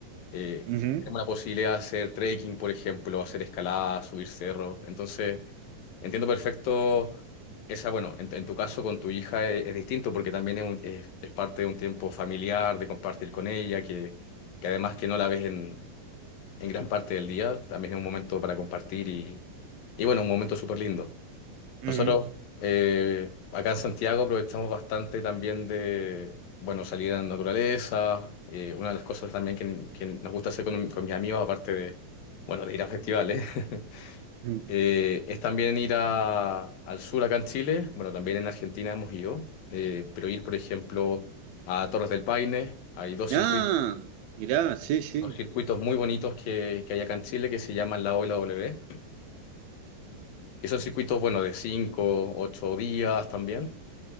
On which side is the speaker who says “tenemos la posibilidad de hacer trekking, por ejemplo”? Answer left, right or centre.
Left